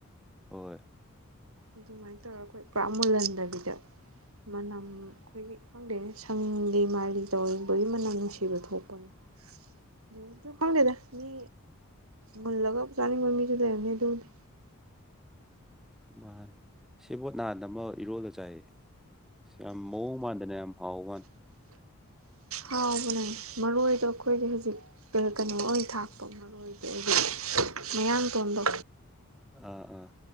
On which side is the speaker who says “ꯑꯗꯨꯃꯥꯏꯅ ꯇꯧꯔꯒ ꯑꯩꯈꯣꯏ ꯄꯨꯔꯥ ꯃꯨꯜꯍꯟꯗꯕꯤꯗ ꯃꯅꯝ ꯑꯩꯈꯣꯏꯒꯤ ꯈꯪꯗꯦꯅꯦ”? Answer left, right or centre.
Right